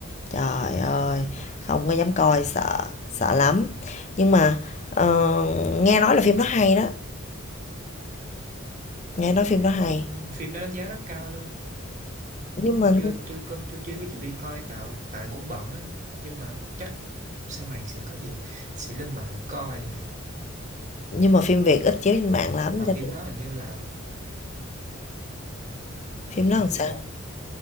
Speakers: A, on the left (about 35°); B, on the right (about 35°).
A: Trời ơi, không có dám coi sợ, sợ lắm. Nhưng mà ờ, nghe nói là phim nó hay đó, nghe nói phim nó hay.
B: ừ, phim đó đánh giá rất cao luôn
A: Nhưng
B: tôi
A: mà
B: chưa tôi có tôi chưa có dịp đi coi tạo tại cũng bận á nhưng mà chắc sau này sẽ có dịp sẽ lên mạng coi
A: nhưng mà phim Việt ít chiếu trên mạng lắm
B: mà
A: cho
B: phim
A: nên
B: đó hình như là
A: phim
B: cũng
A: nó làm sao
B: miễn là